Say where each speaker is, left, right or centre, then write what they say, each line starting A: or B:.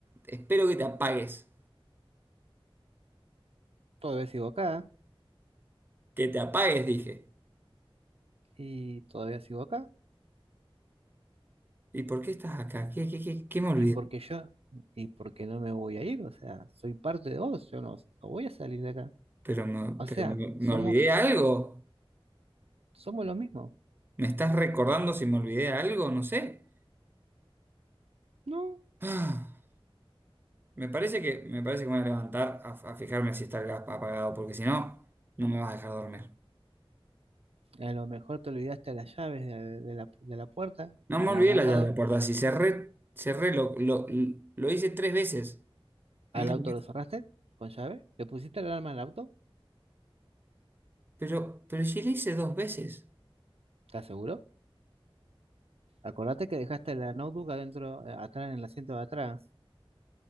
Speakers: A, on the right (about 20°); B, on the right (about 85°).
A: Espero que te apagues.
B: todavía sigo acá
A: Que te apagues, dije.
B: y todavía sigo acá
A: ¿Y por qué estás acá? ¿Qué, qué, qué, qué me olvidé?
B: y porque yo y porque no me voy a ir, o sea, soy parte de vos, yo no, no voy a salir de acá.
A: ¿Pero me,
B: O sea,
A: pero me, me
B: somos
A: olvidé algo?
B: somos lo mismo.
A: ¿Me estás recordando si me olvidé algo? No sé.
B: No,
A: Ah, Me parece que, me parece que me voy a levantar a, a fijarme si está el gas apagado, porque si no, no me vas a dejar dormir.
B: a lo mejor te olvidaste las llaves de de la de la puerta
A: No me
B: en
A: olvidé
B: algún
A: la
B: lado.
A: llave de la puerta. Si cerré, cerré, lo, lo, lo hice tres veces.
B: ¿Al
A: ¿No te
B: auto
A: acordás?
B: lo cerraste con llave? ¿Le pusiste el alarma al auto?
A: Pero, pero si le hice dos veces.
B: ¿Estás seguro? Acordate que dejaste la notebook adentro, eh, atrás, en el asiento de atrás.